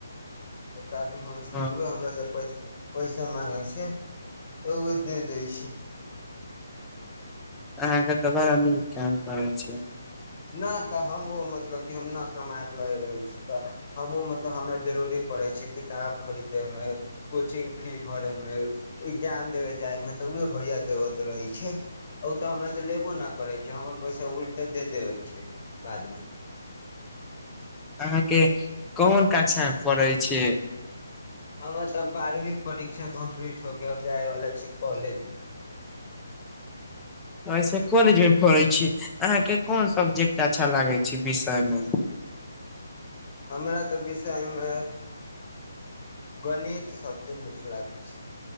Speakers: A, on the left; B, in the centre.
A: ह काजू होइ छै
B: हँ
A: त हमरा सब पैै मगै छै तऽ ओ दे दै छै
B: अ सर कैम्प करै छै
A: ह नहि तऽ हमहूँ मतलब कि हम नहि कमााय लैत रहैत छी तऽ हमहूँ मतलब हमरा जरूरे पड़ैत छै किताब खरीदैमे कोचिंग फी भरयमे एग्जाम देबै जायमे तऽ उह भैया देबत रहैत छै ओ तऽ हमरा तऽ लेबो नहि करैत छै हमर पैसा उलट ऽ दे दे होै छै बादमे
B: अहाँके कोन कक्षामे पढ़ै छियै
A: हमे तऽ बारहवीं परीक्षा कम्प्लीट होके आब जायवला छी कॉलेज।
B: आयसे कॉलेजमे पढ़ै छी अहाँके कोन सब्जेक्ट अच्छा लागै छै विषयमे?
A: हमरा तऽ विषय म गणित सभसँ नीक लागै छै